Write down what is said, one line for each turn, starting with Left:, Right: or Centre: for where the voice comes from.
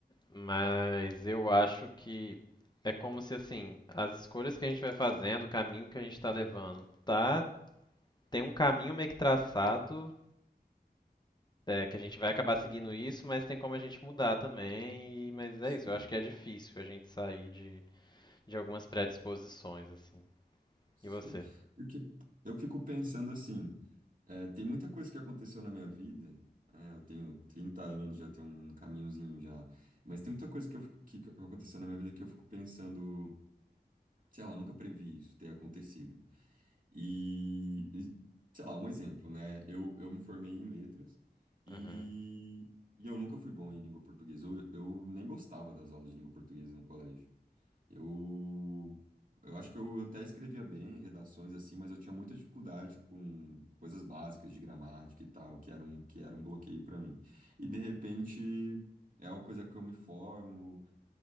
Left: Mas eu acho que é como se assim, as escolhas que a gente vai fazendo, o caminho que a gente está levando, tá? Tem um caminho meio que traçado, é, que a gente vai acabar seguindo isso, mas tem como a gente mudar também. E, mas é
Right: sei,
Left: isso, eu acho que é difícil a gente sair de, de algumas predisposições, assim.
Right: sei.
Left: E você?
Right: Porque eu fico pensando assim, é, tem muita coisa que aconteceu na minha vida, é, eu tenho 30 anos, já tenho um caminhozinho já, mas tem muita coisa que, eu, fico- que aconteceu na minha vida que eu fico pensando, sei lá, nunca previ isso ter acontecido. E, e, sei lá, um exemplo, né? Eu, eu me formei em letras e,
Left: Uhum.
Right: e eu nunca fui bom em língua portuguesa. Eu, eu nem gostava das aulas de língua portuguesa no colégio. Eu, eu acho que eu até escrevia bem redações assim, mas eu tinha muita dificuldade com coisas básicas de gramática e tal, que era um, que era um bloqueio para mim. E de repente é uma coisa que eu me formo.